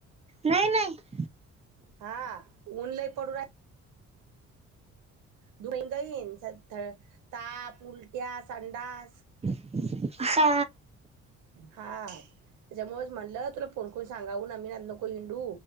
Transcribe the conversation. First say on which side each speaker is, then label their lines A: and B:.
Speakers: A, on the right; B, on the right.
A: नाहीई- नाहीई.
B: हां ऊन लय पडून राहल्. धुैंगईन ताप, उलट्या, संडास.
A: <inaudible> हा
B: हा त्याच्यामुळेच म्हणलं तुला फोन करून सांगाव उन्हात नको हिंडू.